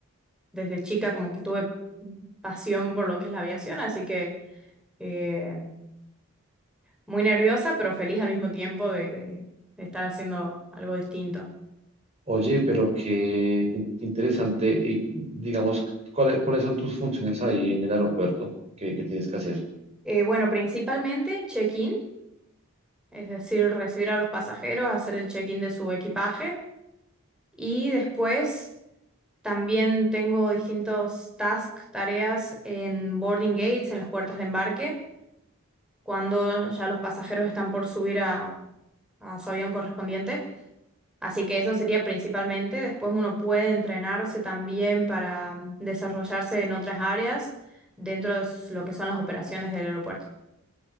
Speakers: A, in the centre; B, on the right (about 30°).
A: desde chica como que tuve pasión por lo que es la aviación, así que eh, muy nerviosa, pero feliz al mismo tiempo de de- de estar haciendo algo distinto.
B: Oye, pero qué, qué interesante. Y digamos, ¿cuáles, cuáles son tus funciones ahí en el aeropuerto que, que tienes que hacer?
A: Eh, bueno, principalmente check-in, es decir, recibir a los pasajeros, hacer el check-in de su equipaje y después también tengo distintos tasks, tareas en boarding gates, en las puertas de embarque, cuando ya los pasajeros están por subir a, a su avión correspondiente. Así que eso sería principalmente. Después uno puede entrenarse también para desarrollarse en otras áreas dentro de lo que son las operaciones del aeropuerto.